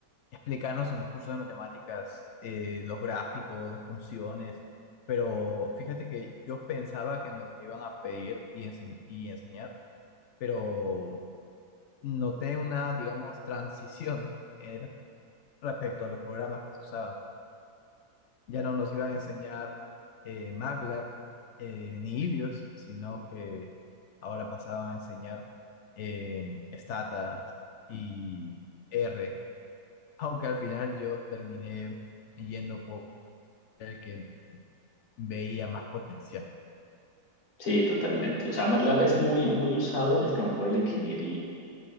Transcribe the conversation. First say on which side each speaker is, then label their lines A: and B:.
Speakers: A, on the left (about 85°); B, on the left (about 55°).
A: explicarnos en los cursos de matemáticas eh, los gráficos, las funciones, pero fíjate que yo pensaba que nos lo iban a pedir y, ense- y enseñar, pero noté una, digamos, transición eh, respecto a los programas que se usaban. Ya no nos iban a enseñar eh, MATLAB eh, ni Ibios, sino que ahora pasaban a enseñar en Stata y R aunque al final yo terminé yendo por el que veía más potencial.
B: sí, totalmente. O sea, MATLAB es muy, muy usado en el campo de la ingeniería.